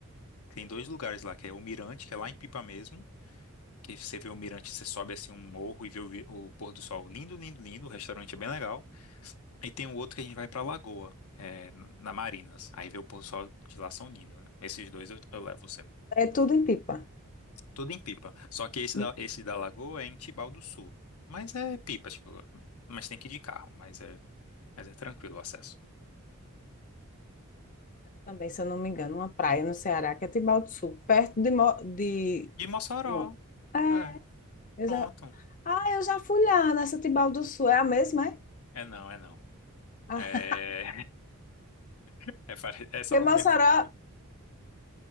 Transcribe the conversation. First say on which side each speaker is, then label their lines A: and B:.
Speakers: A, on the left; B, on the left.
A: Tem dois lugares lá, que é o Mirante, que é lá em Pipa mesmo, que você vê o mirante, você sobe assim um morro e vê o, vi- o pôr do sol. Lindo, lindo, lindo. O restaurante é bem legal. E tem um outro que a gente vai pra Lagoa, é, na Marinas. Aí vê o pôr do sol de lá são lindo. Esses dois eu, eu levo você.
B: É tudo em Pipa.
A: Tudo em pipa. Só que esse
B: Hum,
A: da, esse da Lagoa é em Tibau do Sul. Mas é pipa, tipo, mas tem que ir de carro, mas é, mas é tranquilo o acesso.
B: Também, se eu não me engano, uma praia no Ceará, que é Tibau do Sul, perto de, Mo- de...
A: De Mossoró.
B: Mo- É,
A: É,
B: eu
A: pronto.
B: já... Ah, eu já fui lá nessa Tibau do Sul. É a mesma, é?
A: É não, é não.
B: Ah,
A: É,
B: <laughs>
A: <laughs> é, pare- é só
B: porque
A: o
B: Mossoró...
A: mesmo nome.